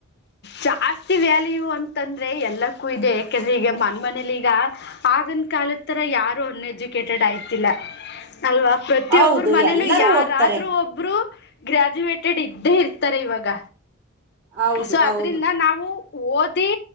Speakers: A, on the left (about 55°); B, on the right (about 55°).
A: ಜಾಸ್ತಿ ವ್ಯಾಲ್ಯೂ ಅಂತಂದ್ರೆ ಎಲ್ಲಕ್ಕೂ ಇದೆ ಯಾಕೆಂದ್ರೆ ಈಗ ಮನ್ ಮನೇಲಿಗ ಆಗನ್ ಕಾಲದ ತರ ಯಾರು ಅನ್ಎಜುಕೇಟೆಡ್ ಆಯ್ತಿಲ್ಲ ಅಲ್ವಾ ಪ್ರತಿಯೊಬ್ಬರು
B: ಹೌದು
A: ಮನೇಲಿ
B: ಎಲ್ಲರೂ
A: ಯಾರಾದ್ರರು
B: ಓದ್ತಾರೆ
A: ಒಬ್ರು ಗ್ರಾಜುಯೇಟೆಡ್ ಇದ್ದೇ ಇರ್ತಾರೆ ಇವಾಗ
B: ಹೌದು
A: ಸೊ
B: ಹೌದು
A: ಅದ್ರಿಂದ ನಾವು ಓದಿ